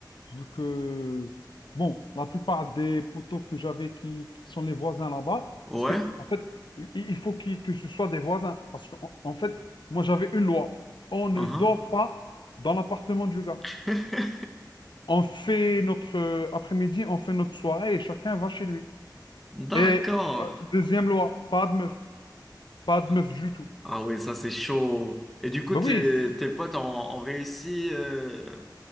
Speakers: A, on the left; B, in the centre.
A: vu que, bon, la plupart des poteaux que j'avais qui, qui sont les voisins là-bas,
B: Ouais.
A: parce que, en fait, i- il faut qu'il- que ce soit des voisins. Parce qu'en en fait, moi, j'avais une loi. On ne
B: Uhum.
A: dort pas dans l'appartement du gars.
B: <laughs>
A: On fait notre euh, après-midi, on fait notre soirée et chacun va chez lui.
B: D'accord.
A: Et euh, deuxième loi, pas de meuf, pas de
B: Ah
A: meuf du tout.
B: ah ouais, ça c'est chaud. Et du coup,
A: Ben
B: tes,
A: oui, c'est-
B: tes potes ont, ont réussi. euh,